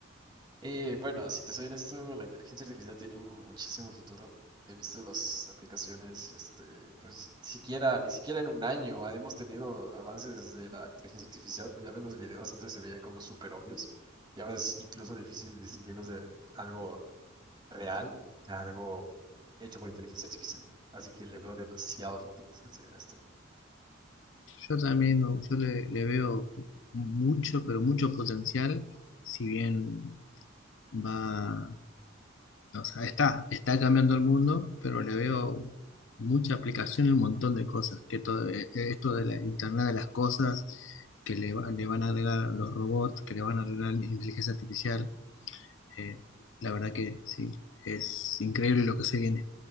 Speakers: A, on the right (about 25°); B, on the left (about 70°).
A: Eh, bueno, si te soy honesto, la inteligencia artificial tiene muchísimo futuro. He visto las aplicaciones, este, pues ni siquiera, ni siquiera en un año hemos tenido avances de la inteligencia artificial. Pues ya ves los videos, antes se veían como súper obvios y ahora es incluso difícil distinguirlos de algo real a algo hecho por inteligencia artificial. Así que le veo demasiado futuro, si no soy honesto.
B: Yo también, no, yo le, le veo mucho, pero mucho potencial, si bien va... O sea, está, está cambiando el mundo, pero le veo mucha aplicación y un montón de cosas, que todo eh, eh, esto de la Internet de las cosas, que le, va- le van a agregar los robots, que le van a agregar inteligencia artificial, eh, la verdad que sí, es increíble lo que se viene.